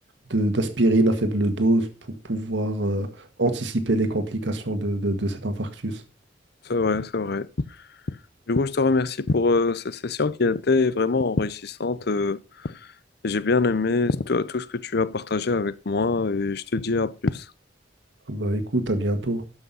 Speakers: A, on the right (about 70°); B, on the left (about 60°).
A: de- d'aspirine à faible dose pour pouvoir euh, anticiper les complications de, de, de cet infarctus.
B: c'est vrai, c'est vrai. Du coup, je te remercie pour euh, cette session qui a été vraiment enrichissante. euh, J'ai bien aimé tout tout ce que tu as partagé avec moi et je te dis à plus.
A: Bah écoute, à bientôt.